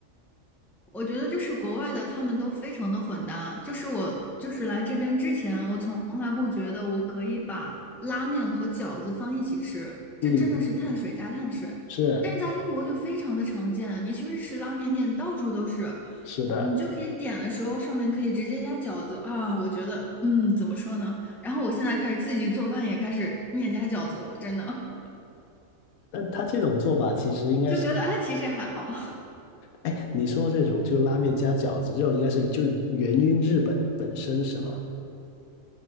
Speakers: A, in the centre; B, on the left.
A: 我觉得就是国外的他们都非常的混搭。就是我就是来这边之前，我从来不觉得我可以把拉面和饺子放一起吃，这真的是碳水加碳水。
B: 嗯是
A: 但是在英国就非常的常见，你去日式拉面店到处都是，
B: 是的，
A: 你就可以点的时候上面可以直接加饺子啊。我觉得，嗯，怎么说呢？然后我现在开始自己做饭，也开始面加饺子了，真的
B: 但他这种做法其实应该是。
A: <laughs> 就觉得哎，其实还好。
B: 哎，你说这种就拉面加饺子，这种应该是就源于日本本身是吗？